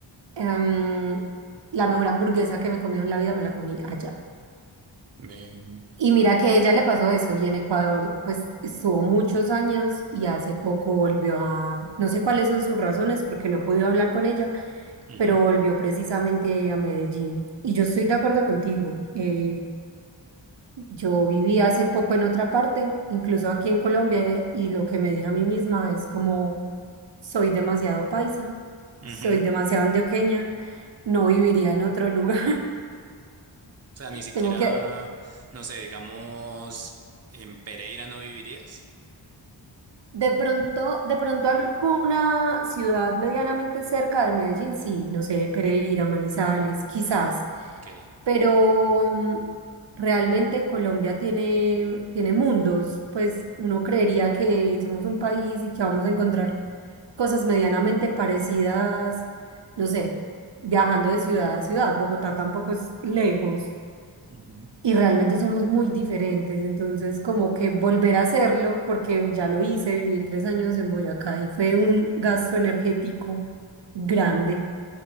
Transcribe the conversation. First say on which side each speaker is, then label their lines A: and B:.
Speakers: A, on the right; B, on the right.
A: Em, la mejor hamburguesa que me comí en la vida me la comí allá.
B: Ven,
A: Y mira que ella le pasó eso y en Ecuador pues estuvo muchos años y hace poco volvió a, no sé cuáles son sus razones porque no he podido hablar con ella,
B: ujú,
A: pero volvió precisamente a Medellín. Y yo estoy de acuerdo contigo. eh, yo viví hace poco en otra parte, incluso aquí en Colombia, y lo que me dije a mí misma es como soy demasiado paisa,
B: ujú.
A: soy demasiado antioqueña, no viviría en otro lugar.
B: O sea, ni siquiera,
A: Tengo que,
B: no sé, digamos, en Pereira no vivirías.
A: de pronto, de pronto alguna ciudad medianamente cerca de Medellín, sí, no sé, Pereira, Manizales, quizás,
B: Ok,
A: pero mm, realmente Colombia tiene, tiene mundos, pues uno creería que somos un país y que vamos a encontrar cosas medianamente parecidas, no sé, viajando de ciudad a ciudad. Bogotá tampoco es lejos.
B: ujú,
A: y realmente somos muy diferentes, entonces como que volver a hacerlo, porque ya lo hice, viví tres años en Boyacá y fue un gasto energético grande.